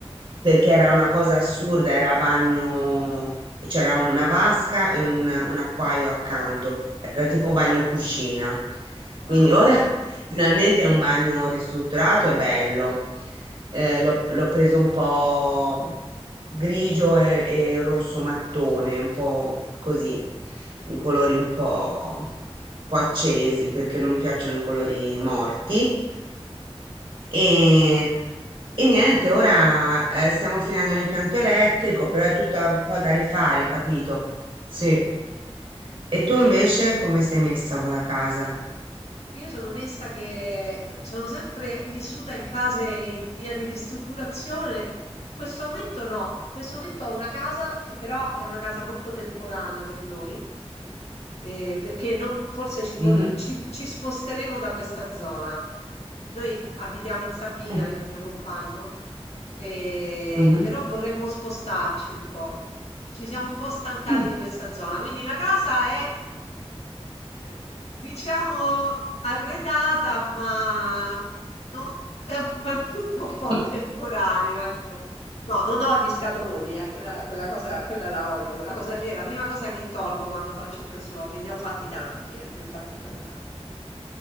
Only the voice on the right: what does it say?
perché era una cosa assurda, era bagno, c'era una vasca e un, un acquaio accanto, era tipo bagno cuscina. Quindi
ora
<laughs> finalmente è un bagno ristrutturato e bello. Eh, l'ho l'ho preso un po' grigio e, e rosso mattone, un po' così, un colori un po', un po' accesi perché non mi piacciono i colori morti. E, e niente, ora eh, stiamo finendo l'impianto elettrico, però è tutto un po' da rifare, capito? Sì. E tu invece come sei messa con la casa?
Mhm.
Mm,
mhm,
mm.
<laughs>